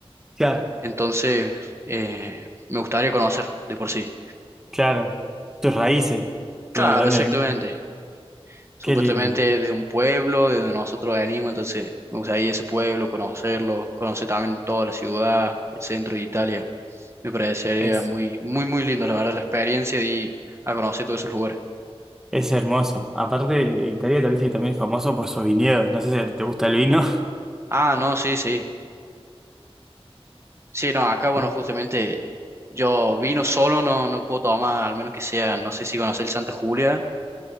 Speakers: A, in the centre; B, on the right.
A: claro,
B: entonces eh, me gustaría conocer de por sí.
A: claro. Tus raíces,
B: Claro,
A: ¿de dónde
B: exactamente.
A: venís?
B: Supuestamente
A: Qué lindo.
B: desde un pueblo, de donde nosotros venimos, entonces me gustaría ir a ese pueblo, conocerlo, conocer también toda la ciudad, el centro de Italia. Me parecería
A: es
B: muy, muy, muy lindo, la verdad, la experiencia de ir a conocer todos esos lugares.
A: Es hermoso. Aparte, Italia tal vez que también es famoso por sus viñedos. No sé si te gusta el vino.
B: Ah, no, sí, sí. Sí, no, acá, bueno,
A: <laughs>
B: justamente yo vino solo, no, no puedo tomar, al menos que sea, no sé si conoces el Santa Julia.